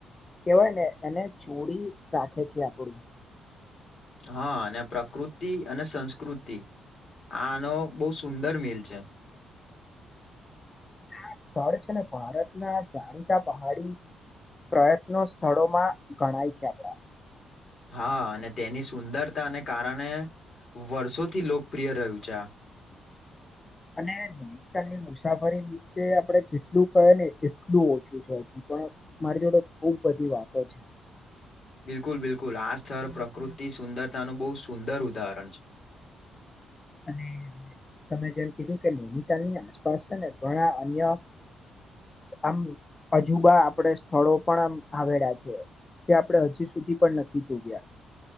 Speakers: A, on the left; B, on the left.
A: કેવાય ને એને જોળી રાખે છે આપણું
B: હા અને પ્રકૃતિ અને સંસ્કૃતિ આનો બહુ સુંદર મિલ છે.
A: આ સ્થળ છે ને ભારતના જાણીતા પહાડી પ્રયત્નો સ્થળોમાં ગણાય છે આપણા
B: હા અને તેની સુંદરતાને કારણે વર્ષોથી લોકપ્રિય રહ્યું છે આ
A: અને નૈનીતાલની મુસાફરી વિશે આપણે જેટલું કહે ને એટલું ઓછું છે. પણ મારી જોડે ખુબ બધી વાતો છે.
B: બિલકુલ બિલકુલ આ સ્તર પ્રકૃતિ સુંદરતાનું બોવ સુંદર ઉદાહરણ છે.
A: હ અને તમે જેમ કીધું કે નૈનીતાલની આસપાસ છે ને ઘણા અન્ય આમ અજુબા આપડે સ્થળો પણ આમ આવેલા છે. જે આપણે હજુ સુધી પણ નથી જોવ્યા